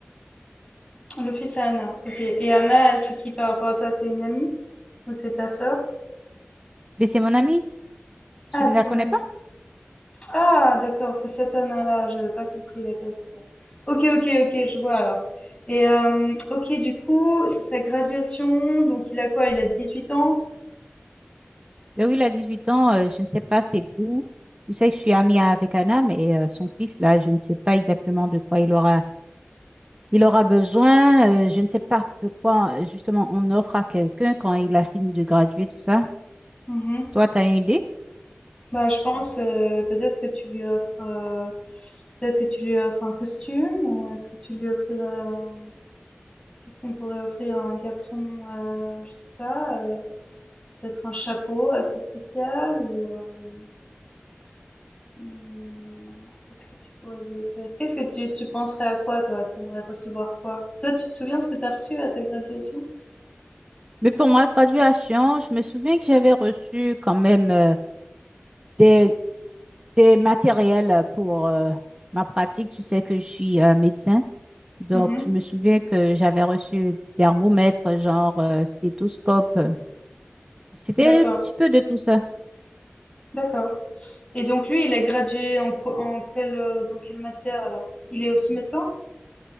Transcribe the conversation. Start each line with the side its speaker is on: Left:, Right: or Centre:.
Left: Le fils à Anna, OK et Anna, c'est qui par rapport à toi? C'est une amie? Ou c'est ta sœur?
Right: Mais c'est mon ami. Tu
Left: Ah,
Right: ne
Left: c'est
Right: la
Left: ton
Right: connais
Left: amie.
Right: pas?
Left: Ah d'accord, c'est cette Anna-là, Je n'avais pas compris laquelle c'était. OK, OK, OK, je vois alors et hem, OK, du coup, c'est sa graduation, donc il a quoi? Il a 18 ans?
Right: Laurie, il a huit ans, euh, je ne sais pas ses goûts. Je sais que je suis amie avec Anna, mais euh, son fils, là, je ne sais pas exactement de quoi il aura, il aura besoin. euh, je ne sais pas de quoi, euh, justement, on offre à quelqu'un quand il a fini de graduer, tout ça.
Left: Mmh
Right: Toi, tu as une idée?
Left: Bah, je pense euh, peut-être que tu lui offres euh, peut-être que tu lui offres un costume ou est-ce que tu lui offrirais un- qu'est-ce qu'on pourrait offrir à un garçon euh, je sais pas euh, peut-être un chapeau assez spécial ou euh, hmm, qu'est-ce que tu pourrais lui offrir? Qu'est-ce que tu tu penserais à quoi toi? T'aimerais recevoir quoi? Toi, tu te souviens ce que t'as reçu à ta graduation?
Right: Mais pour ma graduation, je me souviens que j'avais reçu quand même euh, des, des matériels pour euh, ma pratique. Tu sais que je suis euh, médecin. Donc,
Left: Mhm.
Right: je me souviens que j'avais reçu thermomètre, genre euh, stéthoscope. euh, C'était
Left: D'accord,
Right: un petit peu de tout ça.
Left: d'accord. Et donc lui, il est gradué en, co- en quelle euh, dans quelle matière alors? Il est aussi médecin?